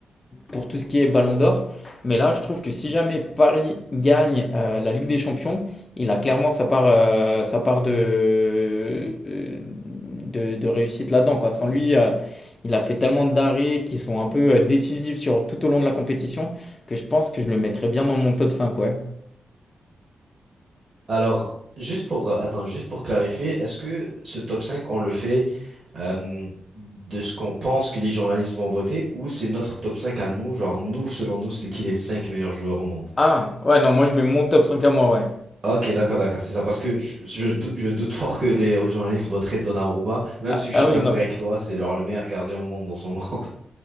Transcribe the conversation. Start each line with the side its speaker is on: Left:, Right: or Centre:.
Left: pour tout ce qui est Ballon d'Or. Mais là, je trouve que si jamais Paris gagne euh, la Ligue des Champions, il a clairement sa part, euh, sa part de, de, de réussite là-dedans, quoi. Sans lui, euh, il a fait tellement d'arrêts qui sont un peu euh, décisifs sur, tout au long de la compétition que je pense que je le mettrais bien dans mon top 5 ouais.
Right: Alors, juste pour, euh, attends, juste pour clarifier, est-ce que ce top 5, on le fait euh, de ce qu'on pense que les journalistes vont voter ou c'est notre top 5 à nous, genre nous, selon nous, c'est qui les 5 meilleurs joueurs au monde?
Left: Ah, ouais, non, moi je mets mon top 5 à moi, ouais.
Right: Ok, d'accord, d'accord, c'est ça, parce que je, je dou- je doute fort que les journalistes voteraient Donnarumma, même
Left: Ah,
Right: si je
Left: ah
Right: suis d'accord
Left: oui, non.
Right: avec toi, c'est genre le meilleur gardien au monde en ce moment. <laughs>